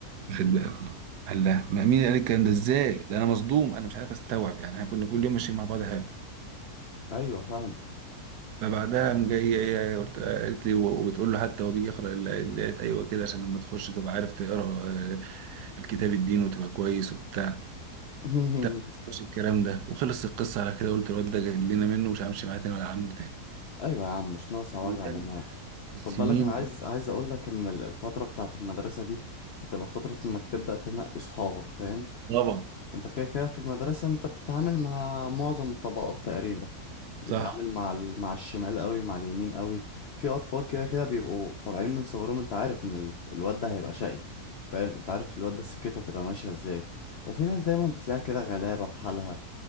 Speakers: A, on the right (about 85°); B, on the left (about 50°).
A: الخد بقى قال لا ما مين قال الكلام ده ازاي ده انا مصدوم انا مش عارف استوعب يعني احنا كنا كل يوم ماشيين مع بعض هاب
B: ايوه فاهم
A: فبعدها قام جاي إيه، إيه، قلت قالت لي و- وبتقول له حتى هو بيجي يقرا ال- الايات ايوه كده عشان لما تخش تبقى عارف تقرا آه، الكتاب الدين وتبقى كويس وبتاع
B: <laughs>
A: ده ما حصلش الكلام ده وخلص القصه على كده قلت الواد ده جاي لنا منه مش همشي معاه تاني ولا عامله تاني
B: ايوه يا عم مش ناقصه
A: أيام
B: وجع دماغ
A: السنين
B: خد بالك انا <laughs> عايز
A: ده.
B: عايز اقول لك ان ال- الفتره بتاعه المدرسه دي بتبقى فتره انك تبدا تنقي صحابك فاهم
A: طبعا
B: انت كده كده في المدرسه انت بتتعامل مع معظم الطبقات تقريبا بتتعامل
A: صح
B: مع ال... مع الشمال قوي مع اليمين قوي في اطفال كده كده بيبقوا طالعين من صغرهم انت عارف ان ال... الواد ده هيبقى شقي فاهم انت عارف الواد ده سكته تبقى ماشيه ازاي وفي ناس دايما بتلاقي كده غلابه في حالها